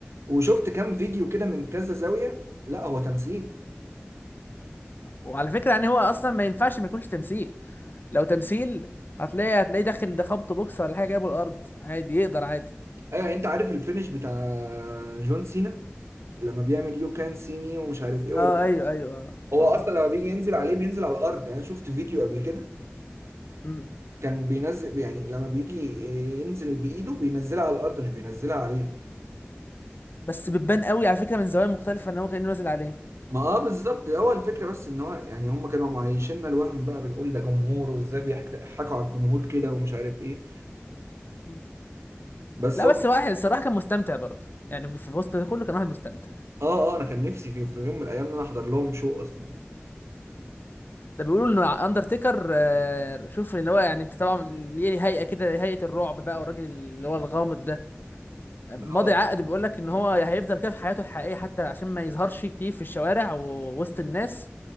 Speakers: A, on the right (about 90°); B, on the left (about 50°).
A: وشفت كام فيديو كده من كذا زاوية لا هو تمثيل
B: وعلى فكره يعني هو اصلا ما ينفعش ما يكونش تمثيل لو تمثيل هتلاقي هتلاقيه داخل ده خبط بوكس ولا حاجه جايبه الارض عادي يقدر عادي
A: ايوه يعني انت عارف الفينش بتاع جون سينا لما بيعمل يو كان سي مي ومش عارف ايه ويروح.
B: اه ايوه ايوه اه
A: هو
B: اه
A: اصلا لما بيجي ينزل عليه بينزل على الارض يعني انا شفت فيديو قبل كده
B: مم.
A: كان بينزل يعني لما بيجي ينزل بايده بينزلها على الارض مش بينزلها عليه
B: بس بتبان قوي على فكره من زوايا مختلفه ان هو كان نازل عليه
A: ما اه بالظبط هو الفكره بس ان هو يعني هم كانوا معيشنا الوهم بقى بنقول ده جمهور وازاي بيضحكوا على الجمهور كده ومش عارف ايه
B: مم.
A: بس
B: لا
A: هو
B: بس واحد الصراحه كان مستمتع برضه يعني في وسط ده كله كان واحد مستمتع
A: اه اه انا كان نفسي في, في يوم من الايام ان انا احضر لهم شو اصلا
B: ده بيقولوا ان اندرتيكر آه، شوف اللي هو يعني انت طبعا ليه هيئه كده هيئه الرعب بقى والراجل اللي هو الغامض ده ماضي
A: اه
B: عقد بيقول لك ان هو هيفضل كده في حياته الحقيقيه حتى عشان ما يظهرش كتير في الشوارع ووسط الناس